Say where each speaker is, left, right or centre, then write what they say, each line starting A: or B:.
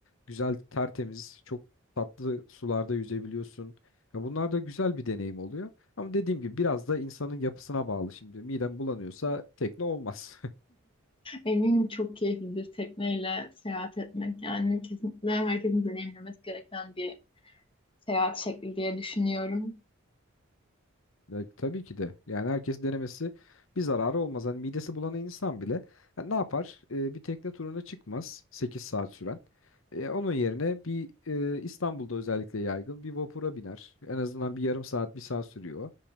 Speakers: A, on the left; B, on the left.
A: Güzel, tertemiz, çok tatlı sularda yüzebiliyorsun. Ya bunlar da güzel bir deneyim oluyor. Ama dediğim gibi biraz da insanın yapısına bağlı şimdi. Midem bulanıyorsa tekne olmaz. <laughs>
B: Eminim çok keyiflidir tekneyle seyahat etmek. Yani kesinlikle herkesin deneyimlemesi gereken bir seyahat şekli diye düşünüyorum.
A: Ya, tabii ki de. Yani herkes denemesi bir zararı olmaz. Hani midesi bulan insan bile ha, ne yapar? Ee, bir tekne turuna çıkmaz 8 saat süren. Ee, onun yerine bir e, İstanbul'da özellikle yaygın bir vapura biner. En azından bir yarım saat, bir saat sürüyor.